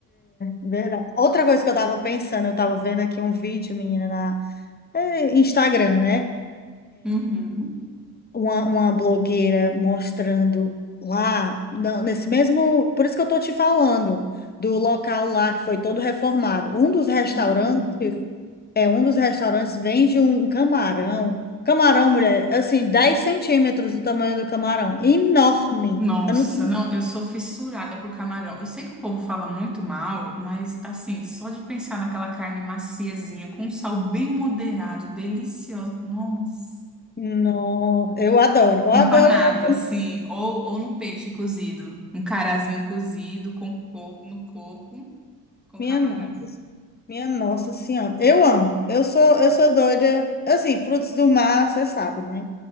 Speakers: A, on the left; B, in the centre.
A: Verdade. Outra coisa que eu estava pensando, eu estava vendo aqui um vídeo, menina, na é, Instagram, né?
B: Uhum.
A: Uma, uma blogueira mostrando lá, não, nesse mesmo. Por isso que eu tô te falando, do local lá que foi todo reformado. Um dos restaurantes.
B: Uhum.
A: É, um dos restaurantes vende um camarão. Camarão, mulher, assim, 10 centímetros do tamanho do camarão. Enorme.
B: Nossa,
A: Eu, não,
B: não, eu sou fissurada por camarão. Eu sei que o povo fala muito mal, mas assim, só de pensar naquela carne maciezinha, com um sal bem moderado, deliciosa. Nossa.
A: não, eu adoro. Eu
B: Empanado,
A: adoro.
B: assim, ou, ou no peixe cozido. Um carazinho cozido com coco, no coco, com
A: Minha
B: camarão.
A: nossa, minha nossa senhora. Eu amo. Eu sou, eu sou doida. Assim, frutos do mar, você sabe, né?